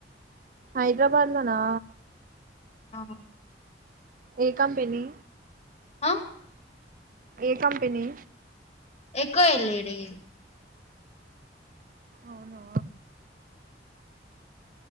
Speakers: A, on the right; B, on the left.
A: హైదరాబాద్ లోనా
B: ఆ
A: ఏ కంపెనీ
B: ఆ
A: ఏ కంపెనీ
B: కో ఎల్ ఇ డి
A: అవునా